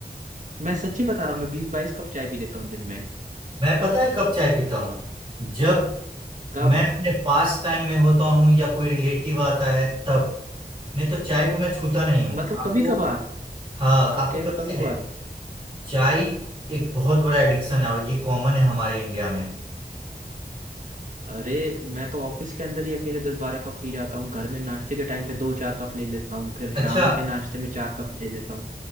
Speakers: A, on the right (about 50°); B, on the right (about 30°).
A: मैं सच्ची बता रहा हूँ मैं बीस बाईस कप चाय पी लेता हूँ दिन में
B: मैं पता है कब चाय पीता हूँ जब
A: कब
B: मैं अपने पास टाइम में होता हूँ या कोई रिलेटिव आता है तब नहीं तो चाय को मैं छूता नहीं हूँ
A: मतलब
B: आपको
A: कभी कभार
B: हाँ
A: आप
B: आपको
A: कह रहे हो
B: पता
A: कभी
B: है
A: कभार
B: चाय एक बहुत बड़ा एडिक्शन है और ये कॉमन है हमारे इंडिया में
A: अरे मैं तो ऑफिस के अंदर ही अकेले दस बारह कप पी जाता हूँ घर में नाश्ते के टाइम पे दो चार कप ले लेता हूँ फिर
B: अच्छा
A: शाम में के नाश्ते में चार कप ले लेता हूँ